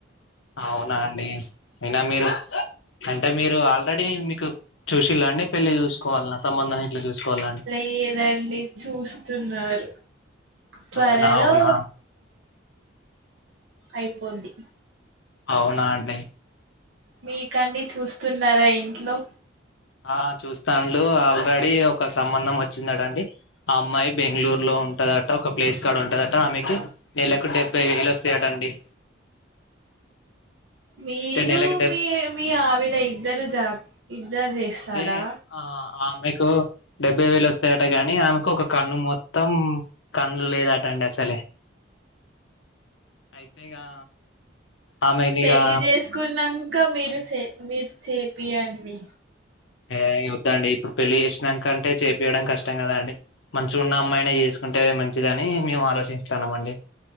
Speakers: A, on the left; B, on the right.
A: అవునా అండి అయినా మీరు అంటే మీరు ఆల్రెడీ మీకు చూసిళండి పెళ్ళి చూసుకోవాలన్న సంబంధాన్ని గిట్ల చూసుకోవాలండి
B: లేదండి చూస్తున్నారు త్వరలో
A: అవునా అవునా
B: అయిపోంది
A: అవునండి
B: మీకండి చూస్తున్నారా ఇంట్లో
A: ఆ చూస్తాండు ఆల్రెడీ ఒక సంబంధం వచ్చిందాటండి ఆ అమ్మాయి బెంగళూరులో ఉంటదట ఒక ప్లేస్ కాడ ఉంటదట ఆమెకి నెలకు డెబ్బై వేలు వస్తాయట అండి
B: మీరు
A: అయితే నెలకు డెబ్
B: మీ మీ ఆవిడ ఇద్దరు జ ఇద్దరు చేస్తారా
A: అంటే ఆ మీకు డెబ్బై వేలు వస్త వస్తాయట కాగాని ఆమెకు ఒక కన్ను మొత్తం కన్ను లేదటండి అసలే అయితే ఇగా ఆమెలిగా
B: పెళ్లి చేసుకున్నాక మీరు స మీరు చేపియండి
A: ఏ అవుద్దాండి ఇప్పుడు పెళ్ళి చేసినాకంటే చేపయడం కష్టం కదా అండి మంచిగా ఉన్న అమ్మాయినే చేసు అంటే మంచిదని మేము ఆలోచిస్తాన్నాం అండి